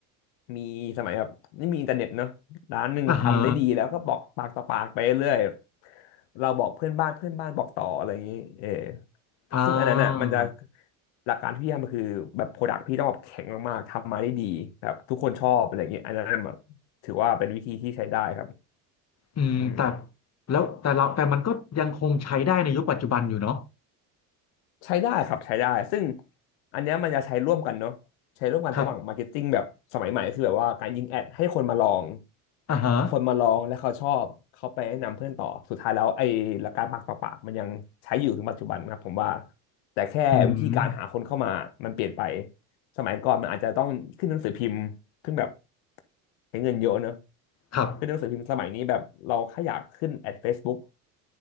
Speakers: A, on the left; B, on the left.
A: มีสมัยแบบไม่มีอินเทอร์เน็ตเนอะร้านหนึ่งทำได้ดีแล้วก็บอกปากต่อปากไปเรื่อย
B: อ่าฮะ
A: เราบอกเพื่อนบ้านเพื่อนบ้านบอกต่ออะไรอย่างนี้เออ
B: อ่า
A: ซึ่งอันนั้นอ่ะมันจะหลักการที่พี่ทำก็คือแบบโปรดักต์พี่ต้องแบบแข็งมากๆทำมาได้ดีแบบทุกคนชอบอะไรอย่างนี้อันนั้นแบบถือว่าเป็นวิธีที่ใช้ได้ครับ
B: อืมแต่
A: อืม
B: แล้วแต่เราแต่มันก็ยังคงใช้ได้ในยุคปัจจุบันอยู่เนาะ
A: ใช้ได้ครับใช้ได้ซึ่งอันเนี้ยมันจะใช้ร่วมกันเนาะใช้ร่วมกันระหว่างมาร์เก็ตติ้งแบบสมัยใหม่คือแบบว่าการยิงแอดให้คนมาลอง
B: ครับอ่าฮะ
A: คนมาลองและเขาชอบเขาไปแนะนำเพื่อนต่อสุดท้ายแล้วไอ้หลักการปากต่อปากมันยังใช้อยู่ถึงปัจจุบันนะครับผมว่าแต่แค่วิธีการหาคนเข้ามามันเปลี่ยนไป
B: อืม
A: สมัยก่อนมันอาจจะต้องขึ้นหนังสือพิมพ์ขึ้นแบบใช้เงินเยอะเนอะ
B: ครับ
A: ขึ้นหนังสือพิมพ์สมัยนี้แบบเราแค่อยากขึ้นแอด Facebook